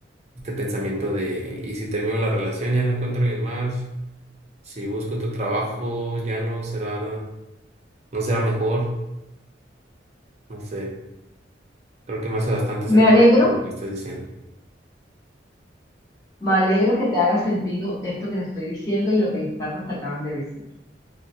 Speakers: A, on the right (about 35°); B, on the left (about 20°).
A: este pensamiento de, y si termino la relación ya no encuentro a alguien más Si busco otro trabajo, ya no será, no será mejor. No sé, creo que me hace bastante ¿no? sentido
B: Me alegro,
A: lo que me estás diciendo.
B: me alegro que te haga sentido esto que te estoy diciendo y lo que las cartas te acaban de decir.